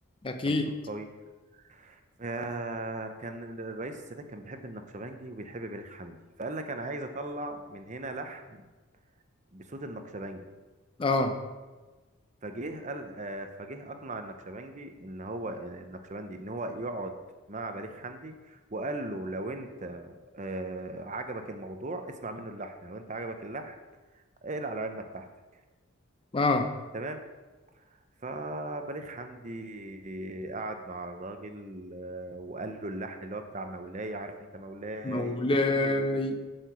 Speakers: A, on the left (about 25°); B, on the right (about 35°).
A: اكيد
B: كان صوت قوي فكان الرئيس السادات كان بيحب النقشبنجي وبيحب بليغ حمدي فقال لك أنا عايز أطلع من هنا لحن بصوت النقشبنجي
A: اه
B: فجه قال آه، فجه أقنع النقشبنجي إن هو النقشبندي إن هو يقعد مع بليغ حمدي وقال له لو أنت آه، عجبك الموضوع اسمع منه اللحن لو أنت عجبك اللحن اقلع على علمك تحتك
A: اه
B: تمام فبليغ حمدي قعد مع الراجل آه، وقال له اللحن اللي هو بتاع مولاي عارف انت مولاي
A: مولاي
B: اني بيبي